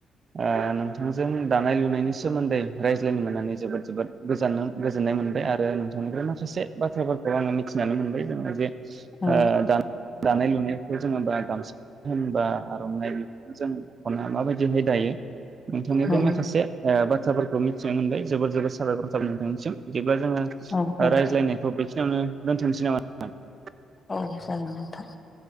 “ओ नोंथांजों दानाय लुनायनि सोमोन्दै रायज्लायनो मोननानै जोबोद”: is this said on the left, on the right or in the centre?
Right